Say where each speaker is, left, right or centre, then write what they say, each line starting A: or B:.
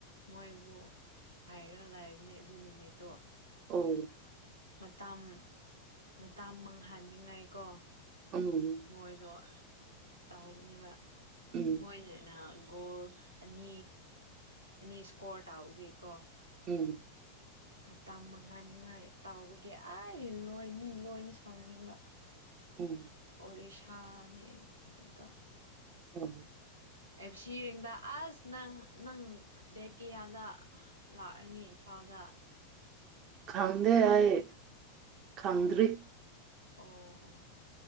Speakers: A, on the right; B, on the right.
A: ꯃꯣꯏꯕꯨ ꯍꯥꯏꯔꯒ ꯂꯥꯛꯕꯅꯦ ꯑꯗꯨ ꯅꯨꯃꯤꯠꯇꯣ
B: ꯑꯣ
A: ꯃꯇꯝ ꯃꯇꯥ ꯃꯪꯍꯟꯅꯤꯡꯉꯥꯏꯀꯣ
B: ꯎꯝ
A: ꯃꯣꯏꯗꯣ ꯇꯥꯍꯧꯕꯅꯦꯕ
B: ꯎꯝ
A: ꯃꯣꯏꯅ ꯒꯣꯜ ꯑꯅꯤ ꯑꯅꯤ ꯏꯁꯀꯣꯔ ꯇꯥꯎꯒꯦ ꯀꯣ
B: ꯎꯝ
A: ꯃꯇꯝ ꯃꯉꯥ ꯅꯤꯉꯥꯏ ꯇꯥꯎꯕꯒꯤ ꯑꯩ ꯂꯣꯏ ꯃꯤ ꯂꯣꯏꯅ ꯁꯥꯎꯅꯤꯡꯕ
B: ꯎꯝ
A: ꯔꯤꯁꯥꯅꯤꯗ
B: ꯑ
A: ꯑꯦꯞ ꯁꯤꯔꯤꯦꯡꯗꯥ ꯑꯁ ꯅꯪ ꯅꯪ ꯗꯦꯠ ꯀꯌꯥꯗ ꯂꯥꯛꯑꯅꯤ ꯏꯝꯐꯥꯜꯗ
B: ꯈꯪꯗꯦ ꯍꯥꯏꯌꯦ ꯈꯪꯗ꯭ꯔꯤ
A: ꯑꯣ ꯑꯣ